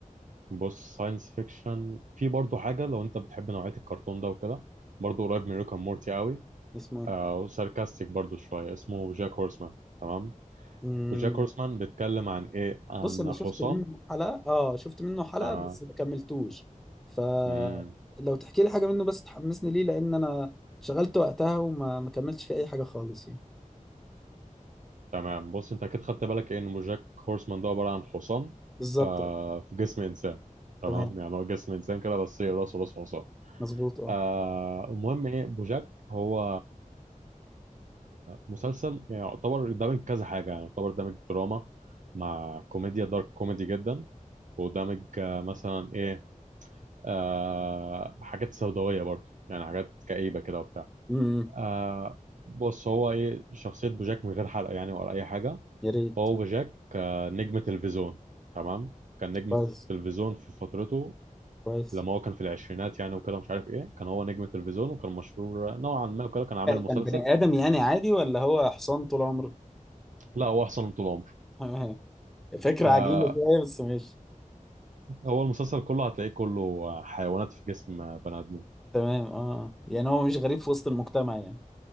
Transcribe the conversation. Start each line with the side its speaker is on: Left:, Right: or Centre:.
Right: بص ساينس فيكشن في برضه حاجة لو انت بتحب نوعية الكرتون ده وكده برضه قريب من ريكا مورتي قوي
Centre: اسمه ايه
Right: آه وساركاستيك برضه شوية اسمه جاك هورسمان تمام
Centre: مم،
Right: وجاك هورسمان بيتكلم عن ايه عن
Centre: بص انا شفت
Right: حصان
Centre: منه حلقة اه شفت منه حلقة
Right: تمام
Centre: بس ما كملتوش فلو
Right: مم.
Centre: تحكي لي حاجة منه بس تحمسني ليه لان انا شغلت وقتها وما ما كملتش فيه اي حاجة خالص يعني
Right: تمام بص انت اكيد خدت بالك ايه ان جاك هورسمان ده عبارة عن حصان
Centre: بالظبط
Right: آه في جسم انسان تمام
Centre: تمام
Right: يعني هو جسم انسان كده بس هي راسه راس حصان
Centre: مظبوط اه
Right: آه المهم ايه بوجاك هو مسلسل يعني يعتبر دامج كذا حاجة يعني يعتبر دامج دراما مع كوميديا دارك كوميدي جدا ودامج آه، مثلا ايه آه حاجات سوداوية برضو يعني حاجات كئيبة كده وبتاع
Centre: امم
Right: آه بص هو ايه شخصية بوجاك من غير حرق يعني ولا أي حاجة
Centre: يا ريت
Right: هو بوجاك آه نجم تلفزيون تمام كان نجم
Centre: كويس
Right: تلفزيون في فترته
Centre: كويس
Right: لما هو كان في العشرينات يعني وكده مش عارف ايه كان هو نجم تلفزيون وكان مشهور نوعا ما وكده كان عامل مسلسل
Centre: كان بني ادم يعني عادي ولا هو حصان طول عمره
Right: لا هو احسن طول عمره
Centre: <laughs> فكرة
Right: آه
Centre: عجيبة شوية بس ماشي
Right: هو المسلسل كله هتلاقيه كله حيوانات في جسم بني ادمين
Centre: تمام اه يعني هو مش غريب في وسط المجتمع يعني